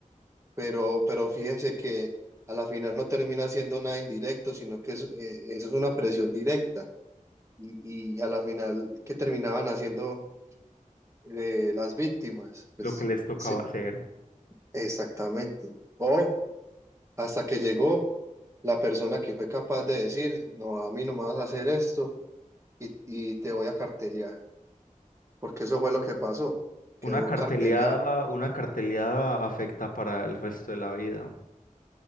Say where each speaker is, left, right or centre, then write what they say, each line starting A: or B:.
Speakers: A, on the right; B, on the left.
A: pero, pero fíjense que a la final no termina siendo nada indirecto, sino que es- eh, eso es una presión directa. y, y a la final, ¿qué terminaban haciendo eh, las víctimas? Pues
B: lo que les tocaba
A: sí,
B: hacer.
A: exactamente. O hasta que llegó la persona que fue capaz de decir, no, a mí no me vas a hacer esto y, y te voy a cartelear, porque eso fue lo que pasó, quedó
B: Una carteleada,
A: carteleado.
B: una carteleada afecta para el resto de la vida,